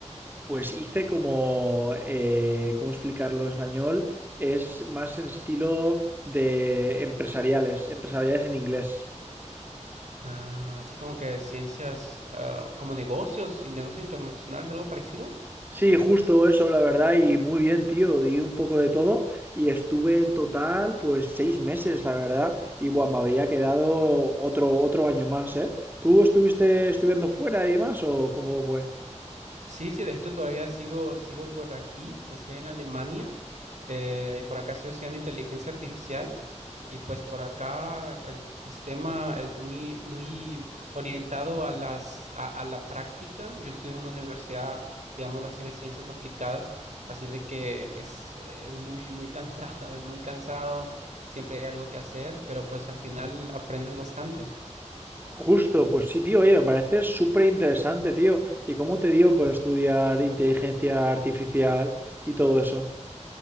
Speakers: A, on the right; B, on the right.
A: Pues hice como, eh, ¿cómo explicarlo en español? Es más en estilo de empresariales, empresariales en inglés.
B: Ah, así como que ciencias, ah, como negocios y negocios internacionales, algo parecido.
A: Sí, justo eso, la verdad, y muy bien, tío. Di un poco de todo y estuve en total, pues, seis meses, la verdad. Y bueno, me habría quedado otro, otro año más, ¿eh? ¿Tú estuviste estudiando fuera y demás o cómo fue?
B: Sí, sí, de hecho todavía sigo, sigo por aquí, estoy en Alemania eh, y por acá estoy estudiando inteligencia artificial y pues por acá el sistema es muy, muy orientado a las, a, a la práctica. Yo estoy en una universidad, digámoslo así, de ciencias aplicadas, así de que es, es muy, muy cansado, <laughs> es muy cansado, siempre hay algo que hacer, pero pues al final aprendes bastante.
A: Justo, pues sí, tío, oye, me parece súper interesante, tío. ¿Y cómo te dio, pues, estudiar inteligencia artificial y todo eso?